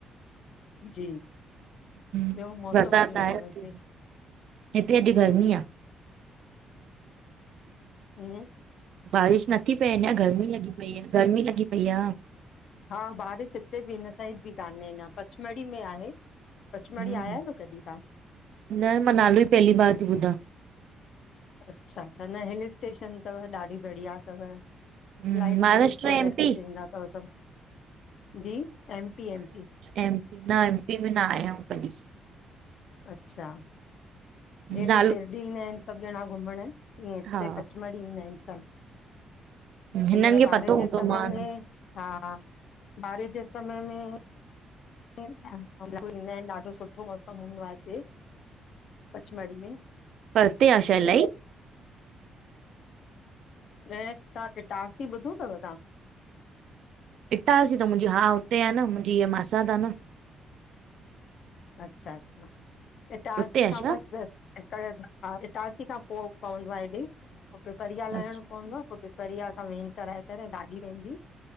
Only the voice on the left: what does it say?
जी
ॿियो मौसम
कीअं अथव
हिते
हूं --
हा बारिश हिते बि हिन साइड ई काने पछमड़ी में आहे। पचमढ़ी
आया आयो न कॾीं तां?
अच्छा, न हिल स्टेशन तव ॾाढी बढ़िया तव। इलाही
टूरिस्ट
वग़ैरह इते ईंदा तव सभ, जी M P M P.
अच्छा, जीअं हिते
शिरडी ईंदा आहिन, सभ ॼणा घुमण तीअं हिते
पचमढ़ी ईंदा ईन सभ,
हिनमल
बारिश
जे समय
में
हा। बारिश जे समय में ईंदा आहिन, ॾाढो सुठो मौसम हूंदो आ हिते, पचमाड़ी में।
न तव्हां इटारसी ॿुधो तव तव्हां?
अच्छा अच्छा ईटारसीं
खां
बस हा इटारसी खां पो पवंदो आ हेॾे, पो पीपरिया लहणो
पवंदो आ पो पीपरिया खां वेन कराए करे गाॾी पेंजी